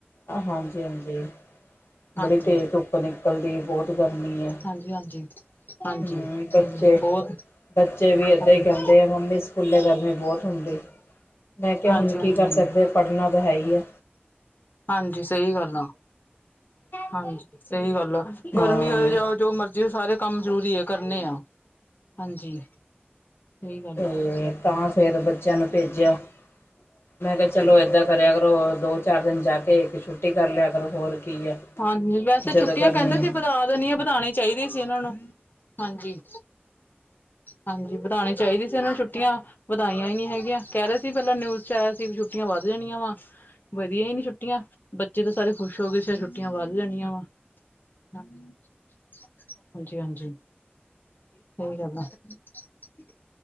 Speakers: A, on the left; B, on the left.
A: ਆ ਹਾਂਜੀ -ਹਾਂਜੀ <inaudible>
B: ਹਾਂਜੀ
A: ਬੜੀ ਤੇਜ਼ ਧੁਪ ਨਿਕ ਕੰਲ ਦੀ ਬਹੁਤ ਗਰਮੀ ਐ <inaudible>
B: ਹਾਂਜੀ ਹਾਂਜੀ ਹਾਂਜੀ
A: ਹੁ ਮ ਬੱਚੇ?
B: ਸਹੀ ਗੱਲ ਬਹੁਤ
A: ਬੱਚੇ ਵੀ ਏਦਾਂ
B: ਹਾਂਜੀ
A: ਹੀ ਕੇਂਦੇ ਮੰਮੀ ਸਕੂਲੇ ਗਰਮੀ ਬਹੁਤ ਹੁੰਦੀ <inaudible> ਮੈਂ ਕੇ
B: ਹਾਂਜੀ
A: ਹੁਣ
B: ਹਾਂਜੀ
A: ਕੀ ਕਰ ਸਕਦੇ, ਪੜ੍ਹਨਾ ਤੇ ਹੈ ਹੀ ਐ।
B: ਹਾਂਜੀ ਸਹੀ ਗੱਲ ਆ ਹਾਂਜੀ। ਸਹੀ ਗੱਲ ਆ
A: ਹਾਂ
B: ਗਰਮੀ ਹੋ ਜਾ ਜੋ ਮਰਜ਼ੀ ਹੋ ਸਾਰੇ ਕੰਮ ਜ਼ਰੂਰੀ ਹੈ। ਕਰਨੇ ਆ ਹਾਂਜੀ ਸਹੀ ਗੱਲ
A: ਤੇ
B: ਆ।
A: ਤਾਂ ਫੇਰ ਬੱਚਿਆਂ ਨੂੰ ਭੇਜਿਆ ਮੈਂ ਕਿਹਾ
B: ਅੱਛਾ
A: ਚਲੋ
B: ਜੀ
A: ਏਦਾਂ ਕਰੇ ਅਗਰ ਉਹ ਦੋ ਚਾਰ ਦਿਨ ਜਾ ਕੇ ਇੱਕ ਛੁੱਟੀ ਕਰ ਲਿਆ ਕਰੋ ਹੋਰ ਕੀ ਹੈ
B: ਹਾਂਜੀ ਵੈਸੇ ਛੁੱਟੀਆਂ
A: ਜਦੋਂ ਗਰਮੀ
B: ਕਹਿੰਦੇ
A: ਹੈ
B: ਸੀ ਵਧਾ ਦੇਣੀਆਂ ਵਧਾਣੇ ਚਾਹੀਦੇ ਸੀ ਇਹਨਾਂ ਨੂੰ ਹਾਂਜੀ ਹਾਂਜੀ ਵਧਾਉਣੀ ਚਾਹੀਦੀ ਸੀ ਇਹਨੂੰ ਛੁੱਟੀਆਂ ਵਧਾਈਆਂ ਹੀ ਨਹੀਂ ਹੈਗੀਆਂ ਕਹਿ ਰਹੇ ਸੀ ਪਹਿਲਾਂ ਨਿਊਜ਼ ਚ ਆਇਆ ਸੀ ਵੀੁੱ ਛੁੱਟ ਵਧ ਜਾਣੀਆਂ ਵਾ ਵਧੀਆ ਹੀ ਨ ਛੁ ਛੁੱਟੀਆਂ, ਬੱਚੇ ਤੇ ਸਾਰੇ ਖੁਸ਼ ਹੋ ਗਏ ਸੈ਼ਦ ਛੁੱਟੀਆਂ ਵੱਧ ਜਾਣੀਆਂ ਵਾ <inaudible> ਹਾਂਜੀ- ਹਾਂਜੀ <inaudible> ਸਹੀ ਗੱਲ ਏ। <unintelligible>